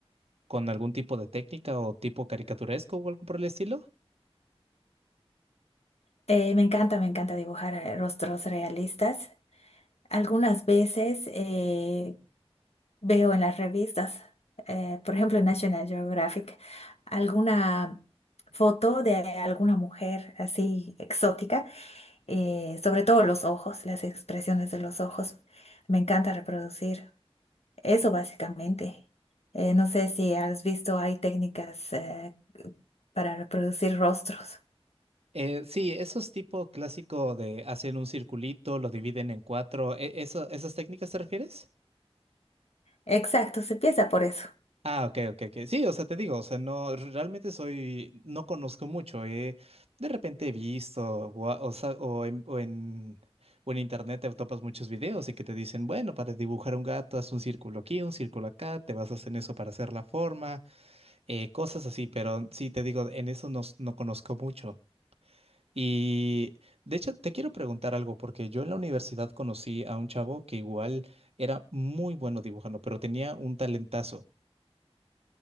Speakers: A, on the right (about 70°); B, on the left (about 80°).
A: con algún tipo de técnica o tipo caricaturesco o algo por el estilo.
B: Eh, me encanta, me encanta dibujar eh, rostros realistas. Algunas veces eh, veo en las revistas, eh, por ejemplo en National Geographic, alguna foto de alguna mujer así exótica, eh, sobre todo los ojos, las expresiones de los ojos. Me encanta reproducir. Eso básicamente. Eh, no sé si has visto, hay técnicas eh, para reproducir rostros.
A: Eh, sí, esos tipo clásico de hacen un circulito, lo dividen en cuatro, e- eso- ¿esas técnicas te refieres?
B: Exacto, se empieza por eso.
A: Ah, ok, ok, ok. Sí, o sea, te digo, o sea, no, realmente soy, no conozco mucho. eh, De repente he visto, o, a- o sa- o en, o en, o en internet te topas muchos videos y que te dicen, bueno, para dibujar un gato, haz un círculo aquí, un círculo acá, te basas en eso para hacer la forma. eh, cosas así, pero sí te digo, en eso nos- no, conozco mucho. Y de hecho, te quiero preguntar algo, porque yo en la universidad conocí a un chavo que igual era muy bueno dibujando, pero tenía un talentazo.